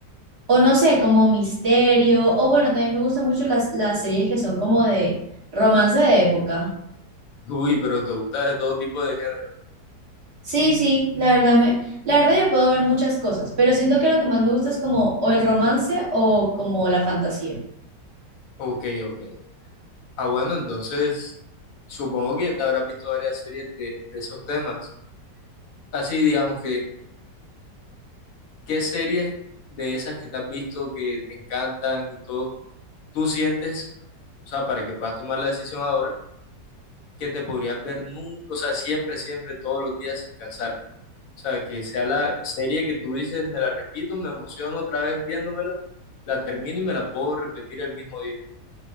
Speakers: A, on the right; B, on the left.
A: o no sé, como misterio, o bueno, también me gustan mucho las, las series que son como de romance de época.
B: Uy, pero te gusta de todo tipo de género.
A: Sí, sí, la verdad me, la verdad yo puedo ver muchas cosas, pero siento que lo que más me gusta es como o el romance o como la fantasía.
B: Ok, ok. Ah, bueno, entonces supongo que te habrás visto varias series de, de esos temas. Así, digamos que, ¿qué series de esas que te has visto que te encantan y todo, tú sientes, o sea, para que puedas tomar la decisión ahora, que te podrías ver nunca, o sea, siempre, siempre, todos los días sin cansarte? O sea, que sea la serie que tú dices, me la repito, me emociono otra vez viéndomela, la termino y me la puedo repetir el mismo día.